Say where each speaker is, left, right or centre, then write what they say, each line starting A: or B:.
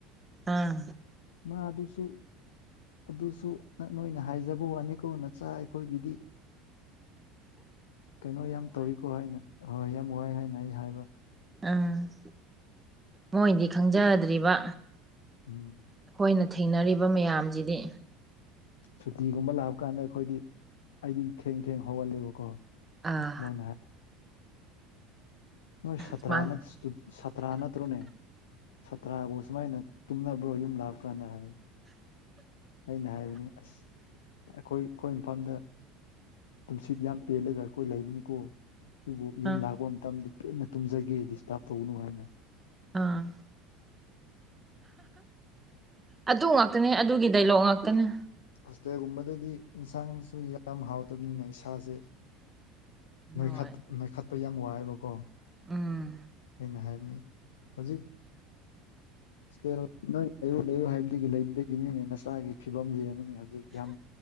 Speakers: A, on the right; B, on the left.
A: ꯑꯥ
B: ꯃꯥ ꯑꯗꯨꯁꯨ ꯑꯗꯨꯁꯨ ꯅꯣꯏꯅ ꯍꯥꯏꯖꯕ ꯋꯥꯅꯤꯀꯣ ꯅꯆꯥ ꯑꯩꯈꯣꯏꯒꯤꯗꯤ꯫ ꯀꯩꯅꯣ ꯌꯥꯝ ꯇꯧꯋꯤꯀꯣ ꯍꯥꯏꯅ ꯍꯣꯏ ꯌꯥꯝ ꯋꯥꯏ ꯍꯥꯏꯅ ꯑꯩ ꯍꯥꯏꯕ
A: ꯎꯝ ꯃꯣꯏꯗꯤ ꯈꯪꯖꯗ꯭ꯔꯤꯕ꯫
B: ꯎꯝ
A: ꯑꯩꯈꯣꯏꯅ ꯊꯦꯡꯅꯔꯤꯕ ꯃꯌꯥꯝꯁꯤꯗꯤ꯫
B: ꯁꯨꯇꯤꯒꯨꯝꯕ ꯂꯥꯛꯄ ꯀꯥꯟꯗ ꯑꯩꯈꯣꯏꯗꯤ ꯑꯩꯗꯤ ꯊꯦꯡ ꯊꯦꯡ ꯍꯧꯍꯂꯦꯕꯀꯣ꯫
A: ꯑꯥ
B: ꯍꯣꯏ ꯅꯣꯏ ꯁꯇ꯭ꯔꯥ
A: ꯁꯨꯃꯥꯏ
B: ꯅꯠꯇ ꯁꯥꯇ꯭ꯔꯥ ꯅꯠꯇ꯭ꯔꯣꯅꯦ ꯁꯥꯇ꯭ꯔꯕꯨ ꯁꯨꯃꯥꯏꯅ ꯇꯨꯝꯅꯕ꯭ꯔꯣ ꯌꯨꯝ ꯂꯥꯞꯀꯥꯟꯗ ꯍꯥꯏ꯫ ꯑꯩꯅ ꯍꯥꯏꯕꯅꯤ ꯑꯁ ꯑꯩꯈꯣꯏ ꯑꯩꯈꯣꯏ ꯃꯐꯝꯗ ꯇꯨꯝꯁꯤꯠ ꯌꯥꯝ ꯄꯦꯜꯂꯒ ꯑꯩꯈꯣꯏ ꯂꯩꯕꯅꯤꯀꯣ ꯑꯗꯨꯕꯨ ꯌꯨꯝ
A: ꯑꯥ
B: ꯂꯥꯛꯄ ꯃꯇꯝꯗ ꯄꯦꯟꯅ ꯇꯨꯝꯖꯒꯦ ꯗꯤꯁꯇꯥꯔꯕ ꯇꯧꯅꯨ ꯍꯥꯏꯅ꯫
A: ꯎꯝ ꯑꯗꯨ ꯉꯥꯛꯇꯅꯦ ꯑꯗꯨꯒꯤ ꯗꯥꯏꯂꯣꯛ ꯉꯥꯛꯇꯅꯦ꯫
B: ꯍꯣꯁꯇꯦꯜꯒꯨꯝꯕꯗꯗꯤ ꯏꯟꯁꯥꯡꯁꯨ ꯌꯥꯝ ꯍꯥꯎꯇꯕꯅꯤꯅ ꯏꯁꯥꯁꯦ꯫ ꯅꯣꯏꯈꯠ
A: ꯍꯣꯏ
B: ꯅꯣꯏꯈꯠꯄ ꯌꯥꯝ ꯋꯥꯑꯦꯕꯀꯣ
A: ꯎꯝ
B: ꯑꯩꯅ ꯍꯥꯏꯕꯅꯤ ꯍꯧꯖꯤꯛ ꯏꯁꯇ ꯅꯣꯏ ꯂꯩꯌꯨ ꯂꯩꯌꯨ ꯍꯥꯏꯕꯗꯒꯤ ꯂꯩꯕꯗꯒꯤꯅꯤꯅꯦ ꯅꯆꯥꯒꯤ ꯐꯤꯕꯝ ꯌꯦꯡꯉꯨꯅꯦ ꯍꯧꯖꯤꯛ ꯌꯥꯝ